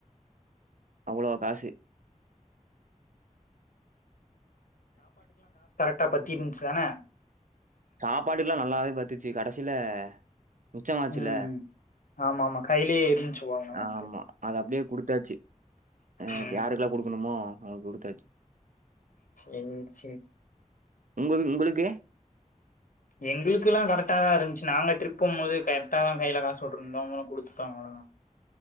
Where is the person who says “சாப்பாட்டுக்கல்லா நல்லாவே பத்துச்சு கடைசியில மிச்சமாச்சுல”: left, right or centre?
Right